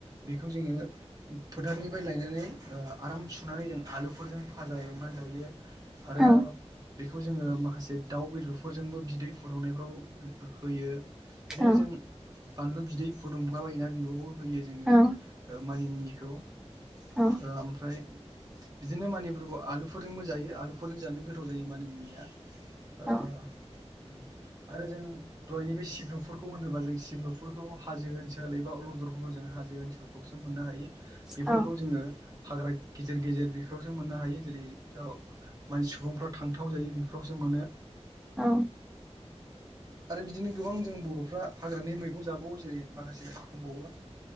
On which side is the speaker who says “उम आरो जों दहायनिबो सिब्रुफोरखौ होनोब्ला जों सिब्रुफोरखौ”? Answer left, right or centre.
Right